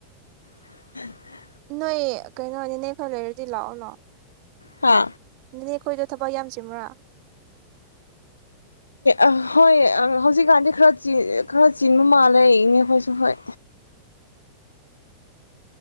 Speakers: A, on the left; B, on the right.
A: <unintelligible>
B: ꯅꯣꯏ ꯀꯩꯅꯣꯅꯤ ꯅꯅꯦ ꯈꯔ ꯂꯩꯔꯗꯤ ꯂꯥꯛꯑꯣꯅꯣ
A: ꯍꯥ
B: ꯅꯦ ꯑꯩꯈꯣꯏꯗꯣ ꯊꯕꯛ ꯌꯥꯝꯆꯤꯟꯕ꯭ꯔꯥ
A: ꯑ ꯍꯣꯏ ꯍꯧꯖꯤꯛꯀꯥꯟꯗꯤ ꯈꯔ ꯈꯔ ꯆꯤꯟꯕ ꯃꯥꯜꯂꯦ ꯏꯅꯦ ꯑꯩꯈꯣꯏꯁꯨ ꯍꯣꯏ